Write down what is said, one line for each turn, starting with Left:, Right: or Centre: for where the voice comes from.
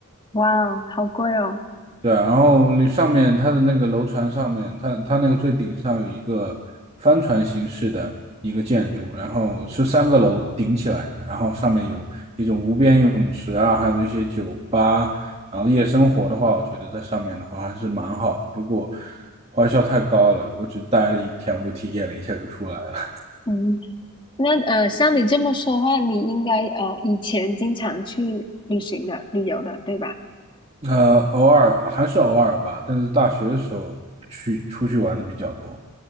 Left: 哇哦好贵哦。
Right: 对啊然后那上面它的那个楼船上面，它它那个最顶上有一个帆船形式的一个建筑，然后是三个楼顶起来的，然后上面有一种无边泳池啊，还有一些酒吧，然后夜生活的话，我觉得在上面的话还是蛮好的，不过花销太高了，我只待了一天，我就体验了一下就出来了。
Left: 嗯，那呃，像你这么说的话，你应该呃以前经常去旅行的、旅游的，对吧？
Right: <laughs> 呃，偶尔还是偶尔吧，但是大学的时候去出去玩的比较多。